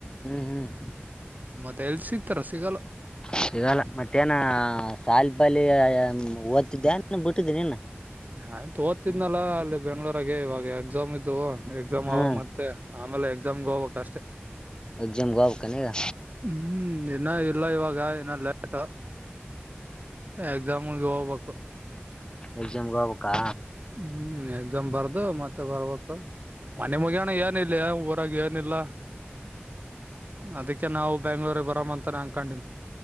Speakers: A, on the left; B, on the right.
A: ಹ್ಮ್ ಹ್ಮ್
B: ತಲ್ಲಿ ಸಿಗ್ತಾರೆ ಸಿಗಲ್ಲ
A: ಸಿಗಲ್ಲ ಮತ್ತೇನ ಸಾಲಿ ಬಾಲ ಓದ್ತಿದ್ದೆ ಬಿಟ್ಟಿದ್ದೆ ನೀನು
B: ಆಯ್ತು ಓದ್ತಿದ್ನಲ್ಲಾ ಅಲ್ಲಿ ಬೆಂಗ್ಳೂರಾಗ ಇವಾಗ ಎಕ್ಸಾಮ್ ಇದ್ದವು ಎಕ್ಸಾಮ್
A: ಹ್ಮ
B: ಅವ ಮತ್ತೆ ಆಮೇಲೆ ಎ್ ಜಮ್ಗೆ ಹೋಗಕ್ ಅಷ್ಟೆ
A: ಎಕ್ಸಾಮ್ಗೆ ಹೋಗ್ಬೇಕಾನ ಈಗ
B: ಹ್ಮ್ ಇನ್ನ ಇಲ್ಲ ಇವಾಗ ಇನ್ನ ಲೇಟ್ ಎಕ್ಸಾಮಗೆ ಹೋಗ ಒ
A: ಎಕ್ಸಾಮ್ ಗ ಕ್ಕಾ
B: ಹ್ಮ್ ಎಕ್ಸಾಮ್ ಬರ್ದು ಮತ್ತೆ ಬರ್ಬೇಕ ಮನೆ ಮುಗಿಯಣ ಏನ ಇಿಲ್ಲ ಾಗ ಏನಿಲ್ಲ ಅದಕ್ಕೆ ನಾವು ಬೆಂಗಳೂರಿಗೆ ಬರಂತ ಉತ್ತರಾಖಂಡ್